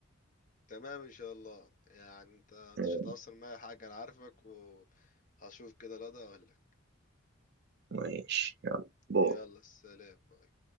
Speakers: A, on the left; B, on the right.
A: تمام ان شاء الله يعني انت
B: تمام،
A: مش هتأثر معايا حاجة انا عارفك وهشوف كده الوضع ولا
B: ماشي يلا باي
A: يلا سلام باي